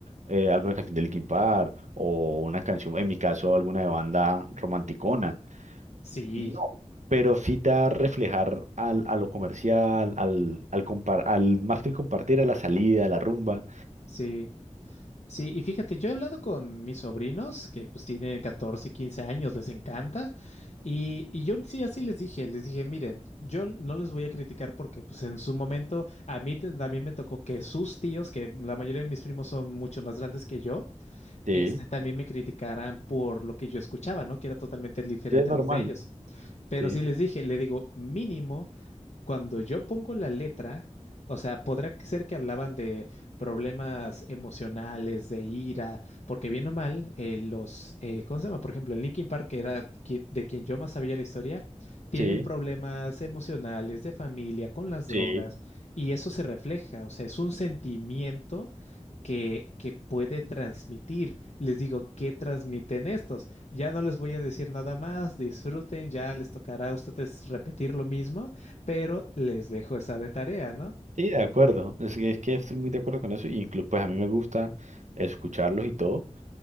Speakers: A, on the right (about 75°); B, on the left (about 65°).
A: eh, alguna canción de Linkin Park o una canción, en mi caso, alguna de banda romanticona.
B: Sí,
A: No, pero sí te va a reflejar al, a lo comercial, al, al, compar- al más que el compartir, a la salida, a la rumba.
B: sí, sí. Y fíjate, yo he hablado con mis sobrinos que pues tienen 14, 15 años, les encanta. Y, y yo sí, así les dije, les dije, miren, yo no les voy a criticar porque pues en su momento a mí te- también me tocó que sus tíos, que la mayoría de mis primos son mucho más grandes que yo,
A: Sí,
B: este, también me criticaran por lo que yo escuchaba, ¿no? Que era totalmente diferente
A: sí, es normal.
B: a los de ellos. Pero
A: Sí,
B: sí les dije, le digo, mínimo. cuando yo pongo la letra, o sea, podrá ser que hablaban de problemas emocionales, de ira, porque bien o mal, eh, los, eh, ¿cómo se llama? Por ejemplo, en Linkin Park, que era qui- de quien yo más sabía la historia, tienen
A: sí,
B: problemas emocionales, de familia, con las drogas,
A: sí.
B: y eso se refleja, o sea, es un sentimiento. Que, que puede transmitir. Les digo, ¿qué transmiten estos? Ya no les voy a decir nada más, disfruten, ya les tocará a ustedes repetir lo mismo, pero les dejo esa de tarea, ¿no?
A: Sí, de acuerdo. Es que, es que estoy muy de acuerdo con eso. Y incluso, pues a mí me gusta escucharlos y todo,